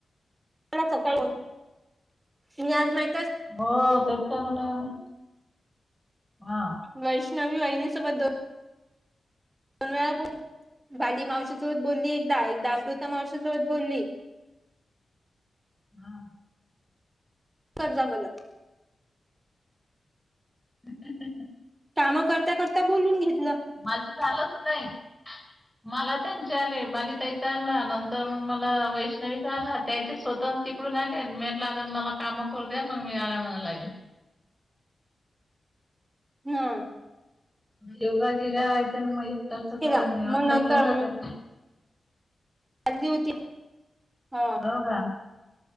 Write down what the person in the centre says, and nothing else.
हो तेच तर म्हणून हा.
हा.
ह <unintelligible>
माझ झालंच नाही मला त्यांचे आले बालिताईचा आला तर मग मला वैष्णवीचा आला त्याच्या स्वतः तिकडून आले मी म्हंटल मला कामं करू द्या मग मी आराम लावीन.
योगा विचारायचं ना मग एक तासाच
ऑनलाईन
योगा करते
बघा.